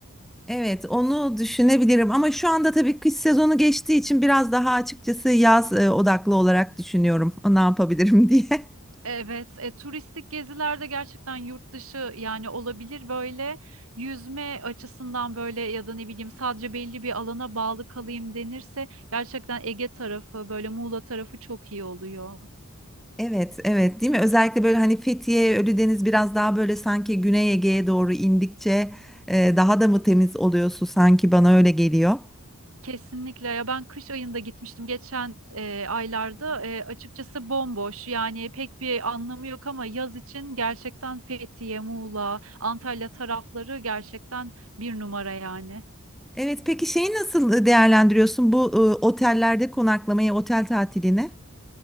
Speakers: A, in the centre; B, on the right.
A: Evet, onu düşünebilirim ama şu anda tabii kış sezonu geçtiği için biraz daha açıkçası yaz e, odaklı olarak düşünüyorum ne yapabilirim <laughs> diye.
B: Evet, e, turistik gezilerde gerçekten yurt dışı yani olabilir böyle yüzme açısından böyle ya da ne bileyim sadece belli bir alana bağlı kalayım denirse gerçekten Ege tarafı böyle Muğla tarafı çok iyi oluyor.
A: Evet, evet değil mi? Özellikle böyle hani Fethiye, Ölüdeniz biraz daha böyle sanki Güney Ege'ye doğru indikçe e, daha da mı temiz oluyor su sanki bana öyle geliyor.
B: Kesinlikle ya ben kış ayında gitmiştim geçen e, aylarda E, açıkçası bomboş yani pek bir anlamı yok ama yaz için gerçekten Fethiye, Muğla, Antalya tarafları gerçekten bir numara yani.
A: Evet, peki şeyi nasıl e, değerlendiriyorsun bu e, otellerde konaklamayı, otel tatilini?